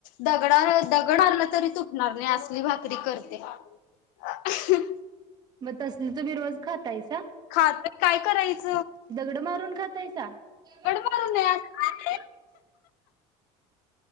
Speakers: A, on the left (about 70°); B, on the right (about 30°).
A: दगडला दगड हाणला तरी तू नारन्या असली भाकरी करते आ अं हं.
B: मग तसल तुमी रोज खातायसा.
A: खातोय काय करायचं
B: दगड मारून खातायसा दगड
A: मारू
B: मारून
A: नये असं काय
B: खातंय.
A: नाही.